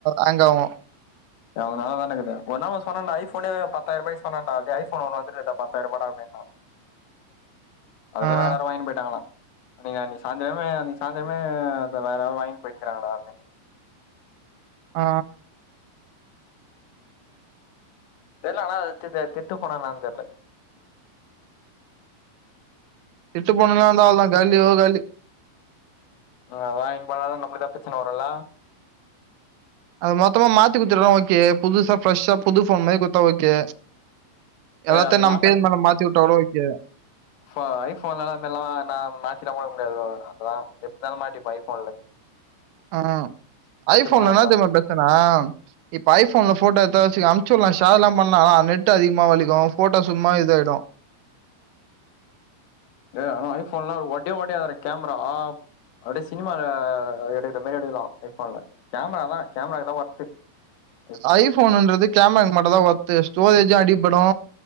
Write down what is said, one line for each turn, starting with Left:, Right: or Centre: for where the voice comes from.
Right: ஹேங் ஆகு
Left: எ அவுங்கனால தான இக்குது ஒ ஒரு நா சொன்னன்டா ஐ ஃபோனே பத்தாயிரருபாய் சொன்னண்டா டேய் ஐ ஃபோன் ஒன்னு வந்துருக்குடா பத்தாயிரரூபாடா அப்டின்னோ அதுல
Right: ஆ
Left: வேற யாரோ வாங்கின்னு போயிட்டாங்ளா அன்னைக் அன்னைக்கு சாய்ந்தரமே அன்னைக்கு சாய்ந்தரமே அத வேற யாரோ வாங்கின்னு போயிட்டுக்காங்டா அப்டின்னா
Right: ஆ
Left: தெர்ல ஆனா அது தித் திட்டு ஃபோனா என்னனு தெர்ல
Right: திட்டு ஃபோண்ணந்தல்லா காலியோ காலி
Left: அவுங்க வாங்கின்னு போனாலு நம்மளுக்தா பெச்சன வருல்ல
Right: அது மொத்தமா மாத்தி குத்துருனா ஓகே புதுசா ஃப்ரெஷ்ஷா புது ஃபோன் மாதி குத்தா ஓகே எல்லாத்தயு
Left: ஏ அது
Right: நம்
Left: நா
Right: பேர் மேடம் மாத்தி விட்டா கூட ஓகே
Left: ஃபா ஐ ஃபோன்லந்திதெல்லா வேணா மாத்தி எல்லா விட முடியாது அதெல்லா எப்படினாலூ மாட்டிப்போ ஐ ஃபோன்ல
Right: ம் ஐ ஃபோன்ல
Left: ஃபோனா
Right: என்னா
Left: இருந்தா
Right: தெரிமா பிரச்சன இப்ப ஐ ஃபோன்ல போட்டோ எதாச்சு அனுப்ச்சு விடலா ஷேர் எல்லா பண்லா ஆனா நெட் அதிகமா வலிக்கு போட்டோ சும்மா இத ஆயிடு
Left: சே ஆனா ஐ ஃபோன்ல்லா ஒட ஒடயாது அது கேமரா ஆ அப்டியே சினிமால அத எடுக்கற மாரி எடுக்கலா ஐ ஃபோன்ல கேமராதா கேமராதா ஒர்த்து ஐஃபோன்
Right: ஐ ஃபோனுன்றது கேமராக்கு மட்டுந்தா ஒர்த்து ஸ்டோரேஜு அடிபடு